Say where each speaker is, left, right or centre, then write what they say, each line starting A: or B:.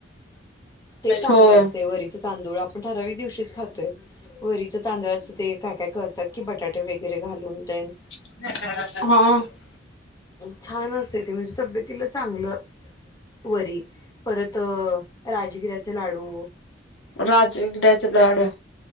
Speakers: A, on the left (about 20°); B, on the left (about 75°).
A: ते चांगलं
B: होय
A: असतेय वरीच तांदूळ. आपण ठरावीक दिवशीच खातोय. वरीचं तांदळाचं ते काय काय करतात की, बटाटे वगैरे घालून त्यान.
B: ह.
A: छान असते ते. म्हणजे तब्येतीला चांगलं. वरी. परत राजगिऱ्याचे लाडू.
B: राजगिऱ्याचे लाडू.